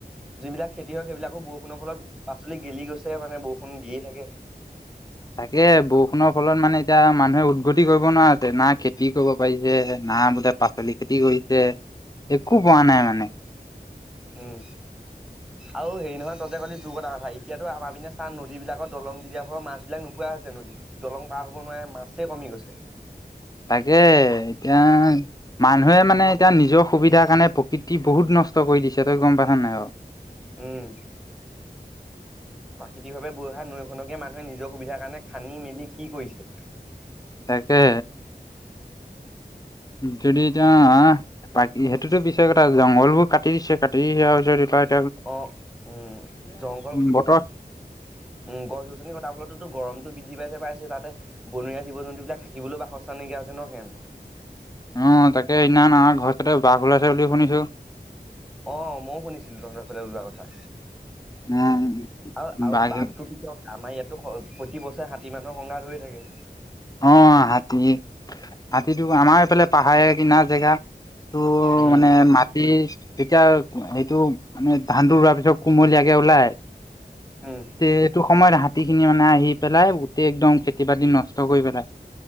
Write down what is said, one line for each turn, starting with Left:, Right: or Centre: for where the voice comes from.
Centre: যিবিলাক খেতি হয় সেইবিলাকো বৰষুণৰ ফলত পাচলি গেলি গৈছে মানে বৰষুণ দিয়ে থাকে
Left: তাকে বৰষুণৰ ফলত মানে এতিয়া মানুহে উদভতি কৰিব নোৱাৰা আছে না খেতি কৰিব পাৰিছে না বোলে পাচলি খেতি কৰিছে একো পোৱা নাই মানে
Centre: উম আৰু হেই নহয় ততে কলে যগ এটা কথা এতিয়াতো আমাৰ পিনে চান নদীবাকত দলং দি দিয়া হোৱা মাছ বিাক নোপোৱা হৈছে নদীত দলং হ'ব নোৱাৰে মাছে কমি গৈছে
Left: তাকে এতিয়া মানুহে মানে এতিয়া নিজৰ সুবিধাৰ কাৰণে প্ৰকৃতি বহুত নষ্ট কৰি দিছে গম পছা নাই অ
Centre: উম খেতি ভাৱে বৈহা নৈখনকীয়া মানুহে নিজৰ সুবিধাৰ কাৰণে খান্দি মেলি কি কৰিছে
Left: তাকে যদি এতি বাক সেইটোতো বিচাৰ কথা জংঘল বোৰ কাটি দিছে কাটি দিয়াৰ পিছত এই
Centre: অ উম জংঘল কথা
Left: বতৰ
Centre: উম গছ গছনি কথা ফলতো গমটো বৃদ্ধি পাইছে পাইছে তাতে বনৰীয়া জীৱ জন্তু বিলাক থাকিবলৈও বাসস্থান নাইকিয়া হৈছে ন সিহতো
Left: অ তাকে সদিনা আমাৰ ঘৰচতে বাঘ ওলাইছে বুলি শুনিছো
Centre: অ ময়ো শুনিছিলো তহঁৰ ফালে ওলোৱা কথা
Left: উম
Centre: আৰু আৰু
Left: বাঘে
Centre: বাঘটো কেতিয়া আমাৰ ইয়াতো প্ৰতি বছৰে হষাতী মানুহৰ সংঘাত হৈ থাকে
Left: আহ হাতী হাতীটো আমাৰ এইফালে পাহাৰ কিনা জেগা টো
Centre: উম
Left: মানে মাটি তেতিয়া সেইটো মানে ধানটো ৰোৱাৰ পিছত কুমলীয়াকে ওলাই
Centre: উম
Left: তে এইটো সময়ত হাতী খিনি মানে আহি পেলাই গোটেই একদম খেতি বাতি নষ্ট ত গৈ পেলাই